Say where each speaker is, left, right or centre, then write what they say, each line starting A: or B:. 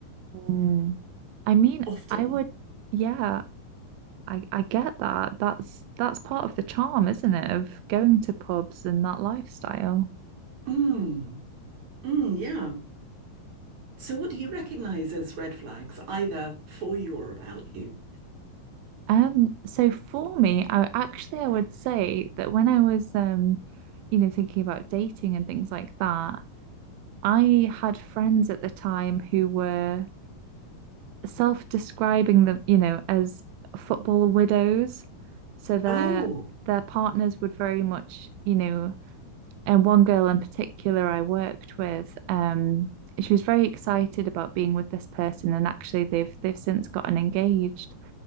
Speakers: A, on the right; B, on the right.
A: Mm. I mean,
B: often.
A: I would, yeah, I, I get that. That's that's part of the charm, isn't it, of going to pubs and that lifestyle.
B: Mm, mm, yeah. So, what do you recognize as red flags, either for you or about you?
A: Um, so for me, I actually I would say that when I was um, you know, thinking about dating and things like that, I had friends at the time who were self-describing them, you know, as football widows. So their
B: Oh,
A: their partners would very much, you know, and one girl in particular I worked with, um, she was very excited about being with this person, and actually they've they've since gotten engaged.